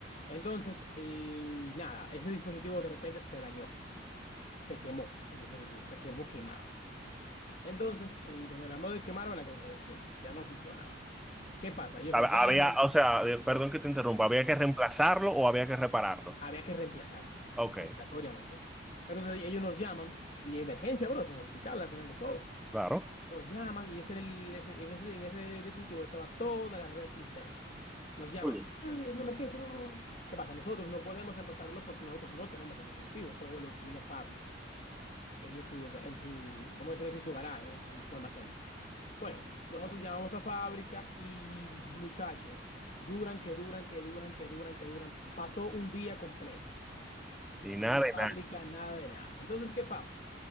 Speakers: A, on the left (about 40°); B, in the centre.
A: Entonces, eh, nada, ese dispositivo de repente se dañó, se quemó, el dispositivo, se quemó quemado. Entonces, eh, cuando hablamos de quemarlo, la casa se- se- ya no funcionaba. ¿Qué pasa? Ellos
B: Hab-
A: nos llaman,
B: Había, o sea, eh, perdón que te interrumpa, ¿había que reemplazarlo o había que repararlo?
A: había que reemplazarlo,
B: Ok,
A: obligatoriamente. Entonces ellos nos llaman, y de emergencia, bueno, es un hospital al final de todo.
B: claro.
A: Nos llaman y ese, era el- ese- en ese, en ese dispositivo estaba toda la red interna. Nos llaman,
B: Uy.
A: "Eh, es una emergencia. bu, bu, bu". ¿Qué pasa? Nosotros no podemos reemplazarlo porque nosotros no tenemos el dispositivo, solo lo tiene fábrica. En su, en su, vamos a decirlo así, su garaje, en su su almacén. Bueno, nosotros llamamos a fábrica y muchachos, duran, que duran, que duran, que duran, que duran. Pasó un día completo
B: Ni nada
A: y fábrica
B: de nada.
A: nada de nada. Entonces, ¿qué pasa?